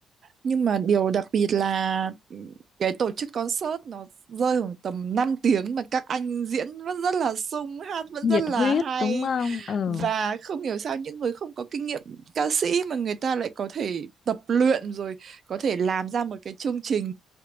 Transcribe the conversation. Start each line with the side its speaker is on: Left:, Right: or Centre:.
Right: Nhưng mà điều đặc biệt là ừ, cái tổ chức concert nó rơi khoảng tầm 5 tiếng mà các anh diễn vẫn rất là sung, hát vẫn
Left: nhiệt
Right: rất là
Left: huyết
Right: hay
Left: đúng không ừ
Right: và không hiểu sao những người không có kinh nghiệm ca sĩ mà người ta lại có thể tập luyện rồi có thể làm ra một cái chương trình